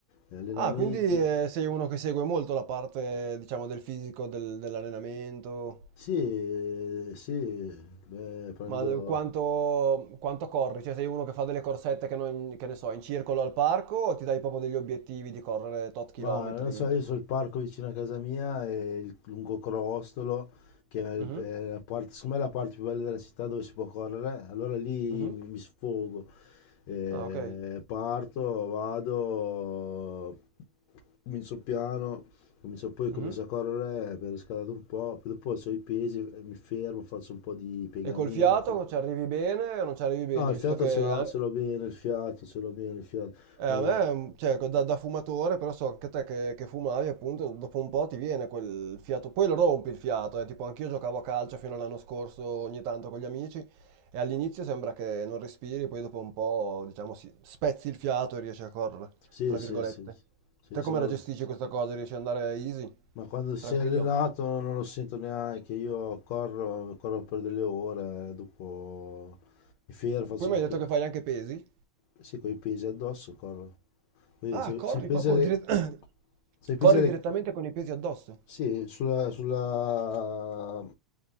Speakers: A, on the left; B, on the right.
A: eh, allenamenti.
B: Ah, quindi eh, sei uno che segue molto la parte, diciamo, del fisico, del- dell'allenamento.
A: Sì, sì, beh, prendo...
B: Ma d- quanto, quanto corri? Cioè sei uno che fa delle corsette che, non- che ne so, in circolo al parco o ti dai proprio degli obiettivi di correre tot chilometri?
A: Ma non lo so, io
B: Tot...
A: sono il parco vicino a casa mia e il Lungocrostolo, che è, il-
B: Mhm,
A: è la parte, secondo me è la parte più bella della città dove si può correre, allora lì
B: mhm.
A: mi mi sfogo. Eh,
B: Ah, ok.
A: parto, vado, Comincio piano, comincio- poi comincio
B: Mhm.
A: a correre per riscaldare un po', poi dopo ho i pesi, eh, mi fermo, faccio un po' di piegamenti.
B: E col fiato ci arrivi bene o non ci arrivi bene,
A: No, il
B: visto
A: fiato
B: che...
A: ce l'ho
B: eh?
A: ce l'ho bene, il fiato ce l'ho bene, il fiato.
B: Eh,
A: Eh,
B: a me, mm, cioè, da, da fumatore, però so anche te che, che fumavi, appunto, dopo un po' ti viene quel fiato, poi lo rompi il fiato, eh, tipo anch'io giocavo a calcio fino all'anno scorso ogni tanto con gli amici e all'inizio sembra che non respiri, poi dopo un po', diciamo, si- spezzi il fiato e riesci a correre,
A: sì,
B: tra virgolette.
A: sì, sì, sì, Sì,
B: Te
A: se
B: come
A: non-
B: la gestisci questa cosa? Riesci ad andare easy?
A: ma quando sei
B: Tranquillo?
A: allenato non lo sento neanche, io corro, corro per delle ore, eh, dopo mi fermo, faccio...
B: Poi mi hai detto
A: pi-
B: che fai anche pesi?
A: Sì, con i pesi addosso corro. Quindi
B: Ah,
A: se,
B: corri
A: se pesi
B: proprio
A: alle...
B: dire- <coughs> <clears throat>
A: Se pesi
B: corri
A: alle...
B: direttamente con i pesi addosso?
A: Sì, sulla, sulla